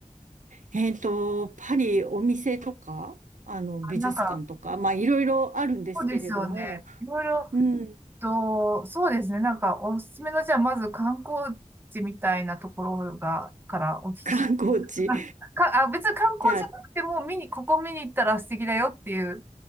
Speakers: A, on the right; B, on the right.
A: えっと、パリ、お店とか、あの、美術館とか、
B: あなんか、
A: まあ、いろいろあるんですけれども、
B: そうですよね。いろいろ
A: うん、
B: と、そうですね。なんか、おすすめの、じゃあ、まず観光地みたいなところが、からお聞きし、
A: 観光地。
B: <laughs> あか、あ、別に観光地じゃなくても、
A: じゃあ、
B: 見に、ここ見に行ったら素敵だよっていう